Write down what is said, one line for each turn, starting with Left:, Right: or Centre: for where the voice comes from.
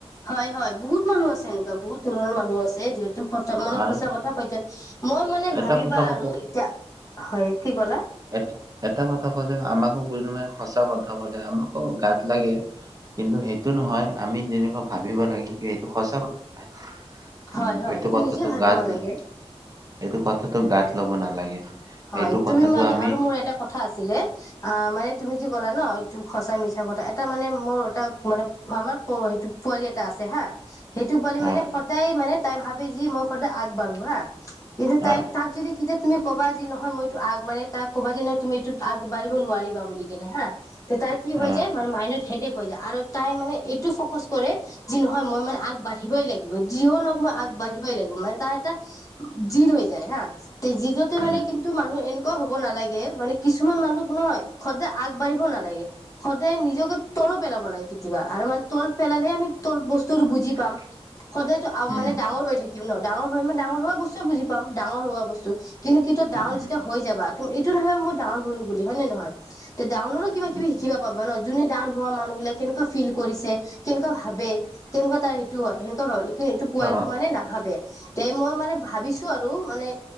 Left: হয় হয়, বহুত মানুহ আছে এনেকুৱা, বহুত ধৰণৰ মানুহ আছে। যিহেতু মানে
Right: আৰু
Left: সঁচা কথা কৈ যে, মই মানে
Right: এটা
Left: ভাবিবাঁ
Right: কথা ক'ব
Left: আৰু এতিয়া, হয় কি ক'লা?
Right: এক এটা কথা ক'লে, আমাকো বুজি নে, সঁচা কথা ক'লে, আমাকো গাত লাগে। কিন্তু সেইটো নহয়, আমি জেনিবা ভাবিব লাগে, এইটো সঁচা কথাই। উম্,
Left: হয় হয়
Right: এইটো কথাটো
Left: নিজে ভাবিব
Right: গাত
Left: লাগে
Right: ল, এইটো কথাটো গাত ল'ব নালাগে।
Left: হয়,
Right: সেইটো
Left: তুমি
Right: কথাটো
Left: মানে
Right: আমি
Left: আৰু মোৰ এটা কথা আছিলে। অ', মানে তুমি যে ক'লা ন', এইটো সঁচা মিছা কথা। এটা মানে মোৰ এটা মানে মামাৰ অ', এইটো পোৱালি এটা আছে হা। সেইটো পোৱালি মানে,
Right: আহ
Left: সদায় মানে তাই ভাবে যে, মই সদায় আগবাঢ়োঁ হা। কিন্তু তাইক,
Right: আহ
Left: তাক যদি তেতিয়া তুমি কবা যি নহয়, মইটো আগ মানে তাক ক'বা যে, নহয় তুমি এইটোত আগবঢ়িব নোৱাৰিবা বুলি কেনে হা। তে তাইৰ কি হৈ
Right: আহ
Left: যায়, মানে মাইণ্ডৰ হেডেক হৈ যায় আৰু তাইৰমানে এইটো ফ'কাচ কৰে যি নহয় মই মানে আগবাঢ়িবই লাগিব, জীৱনত মই আগবাঢ়িবই লাগিব মানে তাৰ এটা- জিদ হৈ যায় হা। তে জিদতে
Right: আহ
Left: মানে কিন্তু মানুহ এনেকুৱা হ'ব নালাগে মানে- কিছুমান মানুহ নহয় সদায় আগবাঢ়িব নালাগে। সদায় নিজকে তল পেলাব লাগে কেতিয়াবা আৰু মানে তল পেলালেহে আমি তল বস্তুটো বুজি পাম।
Right: <inaudible>
Left: সদায়টো আম
Right: উম
Left: মানে ডাঙৰ হৈ থাকিম ন, ডাঙৰ হৈ মই ডাঙৰ হোৱা বস্তুৱে বুজি পাম ডাঙৰ হোৱা বস্তু। কিন্তু- কিন্তু ডাঙৰ
Right: উম
Left: যেতিয়া হৈ যাবা তুমি এইটো নহয় মই ডাঙৰ হ'লো বুলি, হয় নে নহয়? তে ডাঙৰ হৈয়ো কিবা কিবি
Right: উম
Left: শিকিবপাবা ন। যোনে ডাঙৰ - হোৱা মানুহ বিলাক কেনেকুৱা ফিল কৰিছে, কেনেকুৱা ভাবে, কেনেকুৱা তাৰ এইটো হয়। হ'ল এইটো পোৱালিটো
Right: অ
Left: মানে নাভাবে। তে মই মানে ভাবিছো আৰু মানে